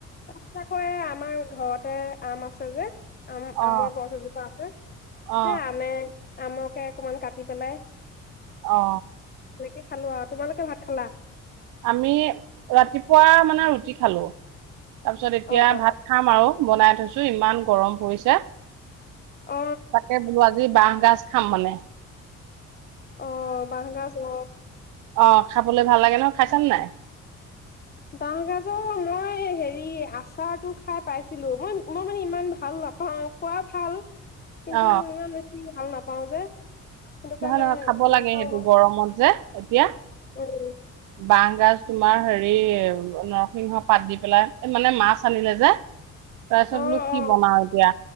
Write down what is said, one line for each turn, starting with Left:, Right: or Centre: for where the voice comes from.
Left: <unintelligible> এ আমাৰ ঘৰতে আম আছে যে আম-আমৰ
Right: অ
Left: গছ এজোপা আছে।
Right: অ
Left: হে আমে আমকে অকমান কাটি পেলাই
Right: অ
Left: তেনেকে খালো আৰু, তোমালোকে ভাত খালা?
Right: আমি ৰাতিপুৱা মানে ৰুটি খালো। তাৰ পিছত এতিয়া
Left: অ অ
Right: ভাত খাম আৰু বনাই থৈছো। ইমান গৰম পৰিছে।
Left: অ
Right: তাকে বোল আজি বা গাজ খাম মানে।
Left: অ', বাঁহ গাজ ন?
Right: অ খাবলৈ ভাল লাগে নহ খাইচা নে নাই
Left: ডাঙৰ গাজৰ মই হেৰি আচাৰটো খাই পাইছিলো মই মই মানে ইমান ভাল নাপাওঁ খোৱা ভাল কিন্তু
Right: অ
Left: ইমান বেছি ভাল নাপায় পাওঁ যে সেইটো
Right: নহয়
Left: কাৰণে
Right: নহয় খাব
Left: নেখাও
Right: লাগে সেইটো গৰমত যে এতিয়া
Left: উম
Right: বাঙ গাছ তোমাৰ হেৰি নৰসিংহ পাত দি পেলাই মানে মাছ আনিলে যে তাৰপিছত
Left: অ অ
Right: বোলো কি বনাও এতিয়া